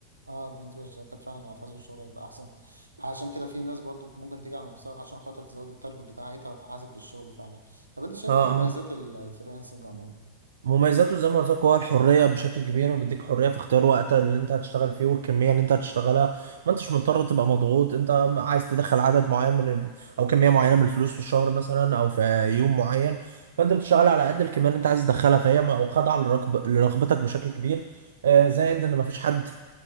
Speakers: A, on the right; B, on the right.
A: آه، بالنسبة للشركات فعلا لو هتحاسبوا الشغل هيبقى أحسن عشان كده في ناس برضو ممكن تيجي على نفسها عشان خاطر تزود التارجت بتاعتها وتحاسب بالشغل فعلا طب أنت شايف
B: اه
A: إيه مميزات
B: اه
A: ال- الفريلانسنج عموما؟
B: مميزاته زي ما قلت لك هو الحريه بشكل كبير وبيديك حريه في اختيار وقت اللي انت هتشتغل فيه والكميه اللي انت هتشتغلها ما انتش مضطر تبقى مضغوط انت عايز تدخل عدد معين من ال... او كميه معينه من الفلوس في الشهر مثلا او في يوم معين فانت بتشتغل على قد الكميه اللي انت عايز تدخلها فهي ما- خاضعه لرغب... لرغبتك بشكل كبير آه، زائد ان ما فيش حد